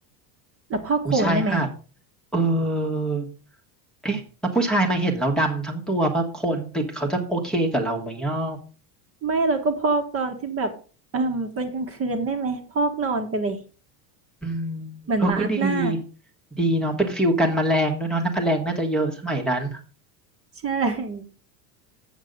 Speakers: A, on the right (about 25°); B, in the centre.
A: แล้วพอกโคลนได้ไหม
B: อุ๊ยชายหาดเออเอ๊ะแล้วผู้ชายมาเห็นเราดำทั้งตัวเพราะโคนติดเขาจะโอเคกับเราไหมเนาะ
A: ไม่เราก็พอกตอนที่แบบเออตอนกลางคืนได้ไหมพอกนอนไปเลย
B: อืม
A: เหมือนมาร์กหน้า
B: เออก็ดีดีเนาะเป็นฟิลกันแมลงด้วยเนาะน้ำแมลงน่าจะเยอะสมัยนั้น
A: ใช่